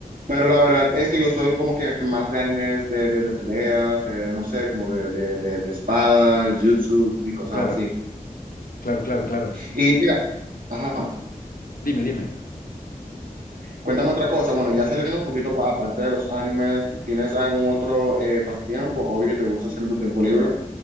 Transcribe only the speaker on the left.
Claro,
claro, claro, claro.
Dime, dime.